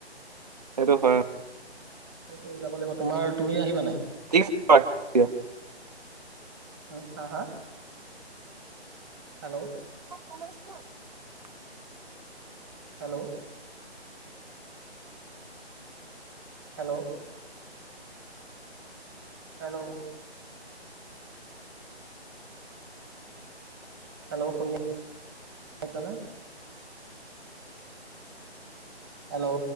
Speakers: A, on the right; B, on the right.
A: সেইটো হয়
B: সেইটোৱে যাব লাগিব তোমাৰ তুমি আহিবা নে নাই
A: ঠছে <unintelligible>
B: উম হা হা hello
A: কমছ <inaudible>
B: hello hello hello hello শুনিছা নে? হেল্ল'